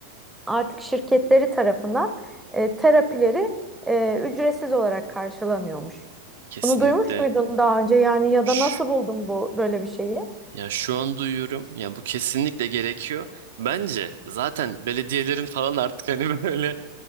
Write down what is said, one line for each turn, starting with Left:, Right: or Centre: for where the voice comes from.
Centre: artık şirketleri tarafından e, terapileri e, ücretsiz olarak karşılanıyormuş.
Right: Kesinlikle.
Centre: Bunu duymuş muydun daha önce? Yani ya
Right: Şş.
Centre: da nasıl buldun bu böyle bir şeyi?
Right: Ya şu an duyuyorum. Ya bu kesinlikle gerekiyor. Bence zaten belediyelerin falan artık hani <laughs> böyle